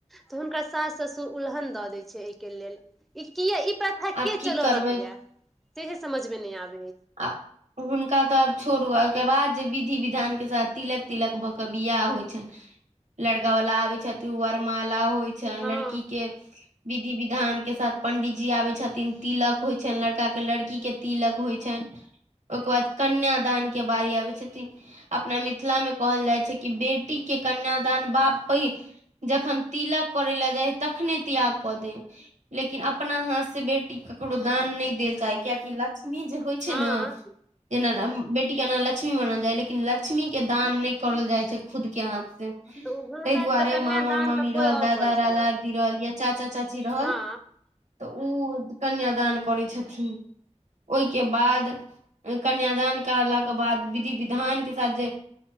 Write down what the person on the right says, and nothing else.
आब
की
करबै
आ हुनका तऽ आब छोरू आ के बाद जे विधि विधान के साथ तिलक तिलक भऽ के बियाह होइ छइन लड़कावला आबय छथि वर मार माला होइ छइन
लड़की के विधि विधान के साथ पंडित जी आबे छथिन तिलक होइ छैन लड़का के लड़की के तिलक होय छैन ओकर बाद कन्यादान के बारी आबै छथिन अपना मिथिला मे कहल जाइ छै कि बेटी के कन्यादान बाप पे जखन तिलक करे लए जाइ तखन तखने त्याग क दै लेकिन अपना हाथ से बेटी केकरो दान नय देल चाहे कियाकी लक्ष्मी जे होय छय
न ऐना बेटी के लक्ष्मी मानल जाइ लेकिन लक्ष्मी के दान नय करल जाइ छै खुद के हाथ से
तय दुआरे
मामा मामी
रहल
दादा
दादा
जी रहल या चाचा चाची जी रहल
तऽ ओ कन्याद करै छथिन ओइ के बाद कन्यादान करलाक के बाद विधि विधान के साथ जे